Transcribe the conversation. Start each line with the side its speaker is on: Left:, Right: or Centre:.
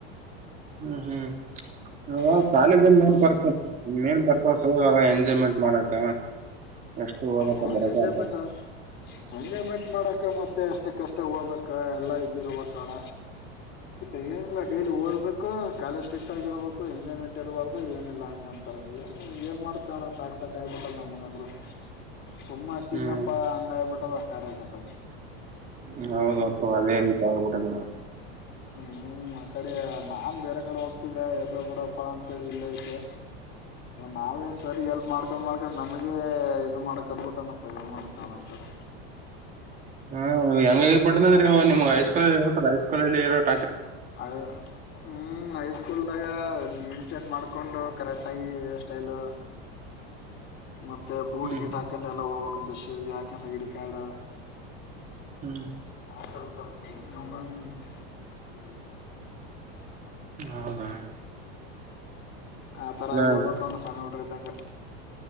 Right: ಹ್ಮ್ ಹ್ಮ್ <unintelligible>
Left: ಹ್ಮ್
Right: ಕಾಲೇಜಲ್ಲಿ <unintelligible> <unintelligible> ಎಂಜಾಯ್ಮೆಂಟ್ ಮಾಡಕ ಎಷ್ಟು ಓದಕ
Left: ಅವ್ರ್
Right: ಬರಕ
Left: ಎಂಜಾಯ್ಮೆಂಟ್
Right: ಅಂತ
Left: ಅವರ್ಕ್ ಎಂಜಾಯ್ಮೆಂಟ್ ಮಾಡಕ್ ಮತ್ತೆ ಅಷ್ಟಕ್ಕಷ್ಟೇ ಓದಕ್ಕ ಎಲ್ಲಾ ಇದಿರ್ಬೇಕಣ. ಏನಿಲ್ಲ ಡೈಲಿ ಓದಬೇ <unintelligible> <unintelligible> ಕಾಲೇಜ ಸ್ಟ್ರಿಕ್ಟ್ ಆಗಿರ್ಬೇಕು ಎಂಜಾಯ್ಮೆಂಟ್ ಇರಬಾರ್ದು ಏನಿಲ್ಲ ಹಂಗ ಅಂತಾರೆ ಏನ್ ಮಾಡ್ತೇಣ್ಣ <unintelligible> <unintelligible> ನಮಗ ಅಂದ್ರ. <unintelligible> ಹಚ್ಚಿನಪ್ಪ
Right: ಹ್ಮ್
Left: ಅಂಗಾಯಬಿಟ್ಟು <unintelligible>
Right: <unintelligible>
Left: <unintelligible> ಆ ಕಡೆ ನಾನ ಬೇರೆ ಕಡೆ ಹೋಗ್ತಿದ್ದೆ ಇರಲೀ ಬಿಡಪ್ಪ ಅಂತೇಳಿ ಇಲ್ಲೇ ಇದ್ದೆ. ನಾವೇ ಸರಿ ಎಲ್ಪ್ ಮಾಡ್ಕೊಂಡ್ <unintelligible> ನಮಗೆ ಇದು <unintelligible> ಮಾಡ್ತಾನ ಆ ಕಡೆ
Right: ಹ್ಮ ಹೆಂಗ <unintelligible> ಇವು ನಿಮ್ ಹೈಸ್ಕೂಲ್ <unintelligible> ಹೈ ಸ್ಕೂಲ್ ಅಲ್ಲಿ. <unintelligible>
Left: ಹ ಹ್ಮ್ ಹೈ ಸ್ಕೂಲ್ದಾಗ ಇನ್ ಶರ್ಟ್ ಮಾಡ್ಕೊಂಡು ಕರೆಕ್ಟ್ ಆಗಿ ಸ್ಟೈಲು. ಮತ್ತೆ ಬೂಟ್
Right: ಹ್ಮ್
Left: ಗೀಟ್ ಹಾಕಂಡ ಎಲ್ಲಾ ಹೋಗ್ಬೇಕ್ಂತ <unintelligible> ಯಾಕಂದ ಐಡಿ ಕಾರ್ಡ್.
Right: ಹ್ಮ್
Left: <unintelligible>
Right: ಹೌದಾ
Left: ಆ ತರ
Right: ಇಲ್ಲ
Left: ಆಗ <unintelligible> ಸಣ್ಣ ಹುಡುಗರ ಇದ್ದಂಗೆ